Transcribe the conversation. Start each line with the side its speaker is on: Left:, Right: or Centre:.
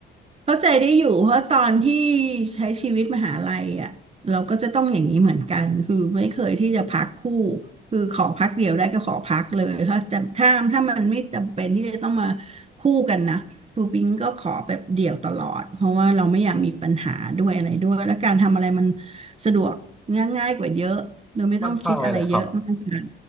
Right: เข้าใจได้อยู่เพราะตอนที่ใช้ชีวิตมหาลัยอ่ะเราก็จะต้องอย่างนี้เหมือนกันคือไม่เคยที่จะพักคู่คือขอพักเดียวได้ก็ขอพักเลยถ้าจะถ้าถ้ามันไม่จำเป็นที่จะต้องมาคู่กันนะคือปิงก็ขอแบบเดี่ยวตลอดเพราะว่าเราไม่อยากมีปัญหาด้วยอะไรด้วยแล้วการทำอะไรมันสะดวกง่ายๆกว่าเยอะโดยไม่ต้องคิดอะไรเยอะมากมาย
Centre: ค่อนข้างเลยแหละครับ